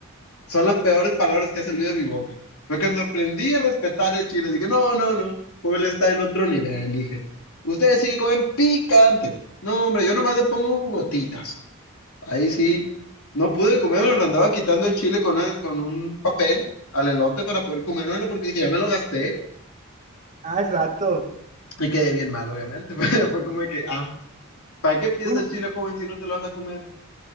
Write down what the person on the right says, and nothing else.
Ah, exacto.
Bueno,